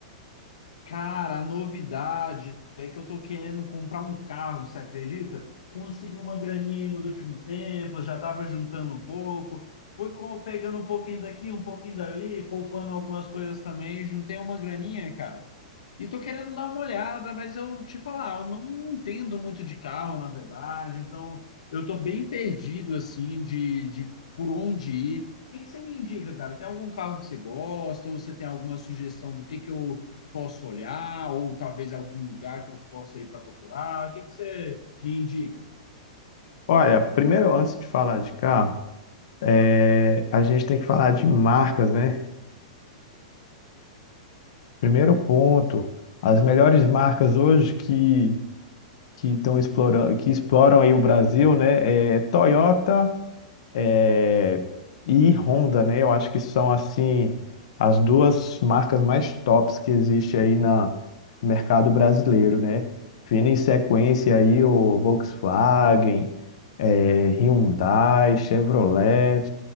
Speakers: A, on the left; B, on the left.
A: Cara, a novidade é que eu tô querendo comprar um carro, você acredita? Consegui uma graninha aí nos últimos tempos, já tava juntando um pouco, fui co- pegando um pouquinho daqui, um pouquinho dali, poupando algumas coisas também, juntei uma graninha, cara. E tô querendo dar uma olhada, mas eu te falar, eu não entendo muito de carro, na verdade, então eu tô bem perdido, assim, de, de por onde ir. O que que você me indica, cara? Tem algum carro que você gosta, ou você tem alguma sugestão do que que eu posso olhar, ou talvez algum lugar que eu possa ir para procurar? O que que você me indica, cara?
B: Olha, primeiro, antes de falar de carro, é, a gente tem que falar de marcas, né? Primeiro ponto, as melhores marcas hoje que que estão explorando, que exploram aí o Brasil, né? É Toyota é, e Honda, né? Eu acho que são assim as duas marcas mais tops que existe aí na no mercado brasileiro, né? Vindo em sequência aí o Volkswagen, é, Hyundai, Chevrolet